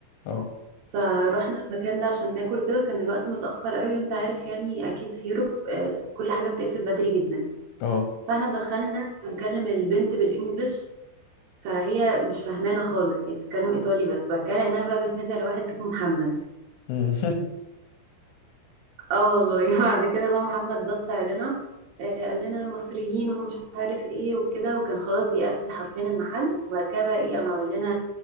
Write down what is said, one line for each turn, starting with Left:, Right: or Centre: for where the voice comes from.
Left: اه اه
Right: فروحنا المكان ده عشان ناكل وكده وكان الوقت متأخر قوي وانت عارف يعني اكيد في يوروب آه، كل حاجة بتقفل بدري جدا
Left: اه
Right: فاحنا دخلنا بنكلم البنت بالانجلش فهي مش فاهمانه خالص هي بتتكلم ايطالي بس بعد كده لقيناها بقى بتنادي على واحد اسمه محمد
Left: أمم.
Right: اه والله <laughs> بعد كده بقى محمد ده طلع لنا آه، قال لنا مصريين ومش عارف ايه وكده وكان خلاص بيقفل حرفيا المحل وبعد كده بقى ايه قام عمل لنا